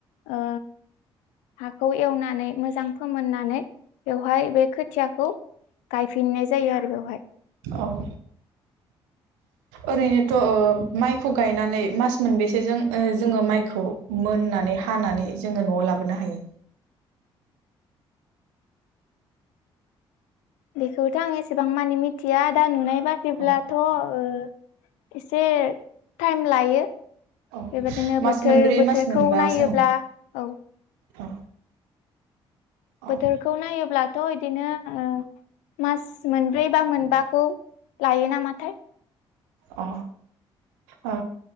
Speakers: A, on the left; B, on the right.
A: ओ हाखौ एवनानै मोजां फोमोननानै बेवहाय बे खोथियाखौ गायफिननाय जायो आरो बेवहाय।
B: औ। ओरैनोथ' ओ माइखौ गायनानै मास मोनबेसेजों जोङो माइखौ मोननानै हानानै जोङो न'आव लाबोनो हायो।
A: बेखौथ' आं एसेबां मानि मिथिया दा नुनाय बादिब्लाथ'
B: अ
A: ओ एसे टाइम लायो।
B: औ
A: बेबायदिनो
B: मास
A: बोथोर
B: मोनब्रै
A: बोथोरखौ
B: मास मोनबासो
A: नायोब्ला
B: नामा?
A: औ।
B: अ अ
A: बोथोरखौ नायोब्ला थ' बिदिनो ओ मास मोनब्रै बा मोनबाखौ लायो नामाथाय।
B: अ ओ